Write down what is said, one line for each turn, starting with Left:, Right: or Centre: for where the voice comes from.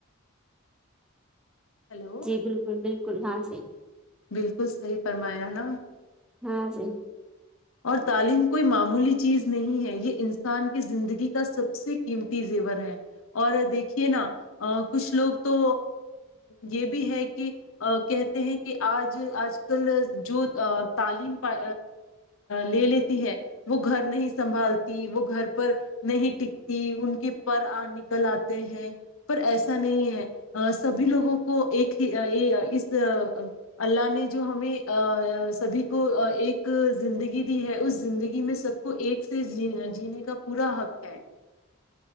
Left: ہلو
Centre: جی بالکل بالکل کل حان سے
Left: بالکل صحیح فرمایا نا
Centre: ہاں جی
Left: اور تعلیم کوئی معمولی چیز نہیں ہے یہ انسان کی زندگی کا سب سے قیمتی زیور ہے اور دیکھیے نا کچھ لوگ تو یہ بھی ہے کہ کہتے ہیں کہ آج آج کل جو تعلیم پ لے لیتی ہے وہ گھر نہیں سنبھالتی وہ گھر پر نہیں ٹکتی ان کے پر نکل آتے ہیں پر ایسا نہیں ہے سبھی لوگوں کو ایک ہی اس اللہ نے جو ہمیں سبھی کو ایک زندگی دی ہے اس زندگی میں سب کو ایک سے جینے کا پورا حق ہے